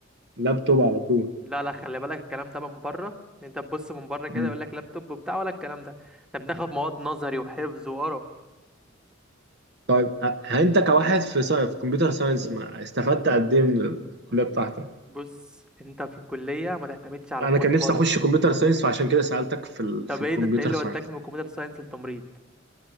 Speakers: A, on the right (about 60°); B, in the centre.
A: لابتوب على طول
B: <laughs> لا لا خلي بالك الكلام ده من بره إن انت تبص من بره كده
A: مم.
B: يقول لك لابتوب وبتاع ولا الكلام ده احنا بناخد مواد نظري وحفظ وقرف
A: طيب أ- انت كواحد في ساينس في كمبيوتر ساينس ما استفدت قد ايه من الكليه بتاعتك
B: بص انت في الكلية ما تعتمدش على
A: انا
B: مواد
A: كان نفسي
B: خالص
A: اخش كمبيوتر ساينس فعشان كده سالتك في ال...
B: طب
A: في الكمبيوتر
B: ايه ده انت ايه اللي
A: ساينس
B: وداك من كمبيوتر ساينس للتمريض